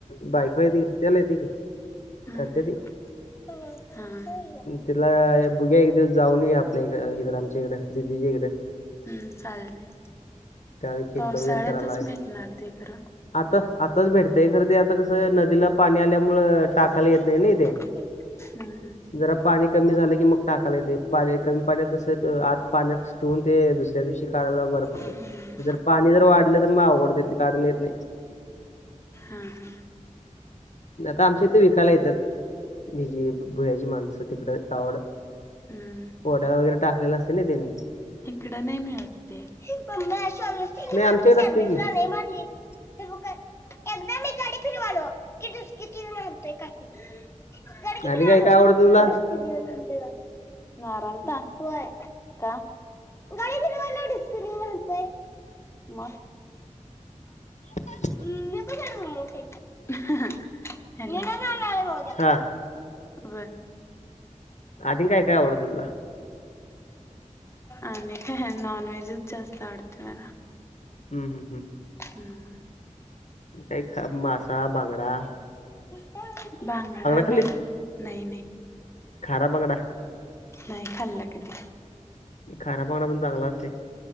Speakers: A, on the left; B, on the left.
A: बायको येते की, <unintelligible> येते की.
B: हम्म
A: करत्या ती.
B: हम्म
A: तिला बघूया एक दिवस जाऊन येउ आपल्या इकडें अ आमच्या इकडे दिदीच्या इकडे.
B: हम्म चालतंय.
A: त्यावेळी खेकडं
B: पावसाळ्यातच
A: वगैरे करायला
B: मेटणार ते खरं
A: आता आताच भेटतय. खरं ते आता कसं नदीला पाणी आल्यामुळ टाकायला येत नाही नाइ ते.
B: हम्म हम्म.
A: जरा पाणी कमी झालं की मग टाकाला येतेय. पाणी कमी पाण्यात तस आत पाण्यात ठेवून ते दुस त्या दिवशी काढायला बरं पडतंय.
B: हम्म
A: जर पाणी जर वाढलं तर म आवघड होते, ते काढाला येत नाई.
B: हा हा.
A: <unintelligible> आमच्या इथे विकायला येत्यात. हेजी भुयाची माणसं तिकड गावाकड.
B: हम्म
A: वड्या वगैरे टाकलेला असते ना त्यांनी.
B: इकड नाई मिळत ते. मम्मे सोयश त्यांची
A: नाही आमच्याकडे
B: मम्मी सर्वेश
A: असते की
B: ला लई मारली. <unintelligible> एकदा मी गाडी फिरवालो, की डुसकीत यून हाणतोय काठी. गाडी की
A: आणि
B: फिरवालो.
A: काय काय आवडतं तुला?
B: कीत यून हाणतूय बघ त्यू. मारालता. व्हय. का? गाडी फिरवालो डुसकीन व्हन. म
A: <inaudible>
B: नको साईड मग. हॅलो. येणार नाही उद्या
A: हा
B: बर.
A: आणि काय काय आवडतं तुला?
B: आणि काय, नॉन व्हेजच जास्त आवडते मला
A: हम् हम् हम.
B: म्म्..
A: म काय, खा मासा फांगडा
B: फांगडा नाइ
A: खाल्लीस
B: नाय नाइ.
A: खारा बांगडा
B: नाइ खाल्ला कधी
A: खारा <unintelligible> पण चांगला असते.